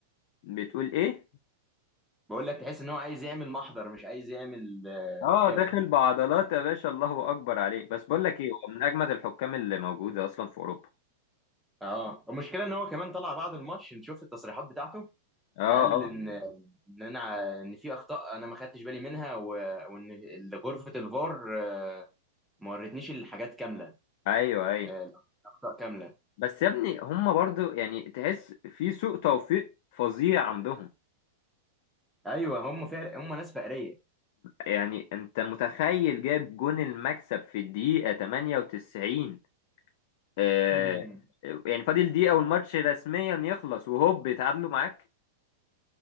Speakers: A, on the left; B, in the centre.
A: بتقول ايه
B: بقول لك تحس ان هو عايز يعمل محضر مش عايز يعمل آه،
A: اه
B: فاول
A: داخل بعضلات يا باشا الله اكبر عليك بس بقول لك ايه هو من اجمد الحكام اللي موجوده اصلا في اوروبا
B: اه المشكله ان هو كمان طلع بعد الماتش انت شفت التصريحات بتاعته
A: اه
B: قال
A: اه
B: ان ان انا ان في اخطاء انا ما خدتش بالي منها و... وان ال- غرفه الفار آه، ما ورتنيش الحاجات كامله
A: ايوه ايوه
B: آه، الاخطاء كامله
A: بس يا ابني هم برضو يعني تحس في سوء توفيق فظيع عندهم
B: ايوه هم فارق هم ناس فقريه
A: يعني انت متخيل جاب جون المكسب في الدقيقة 98 آه
B: <laughs>
A: يعني فاضل دقيقة والماتش رسميا يخلص وهوب اتعادلوا معاك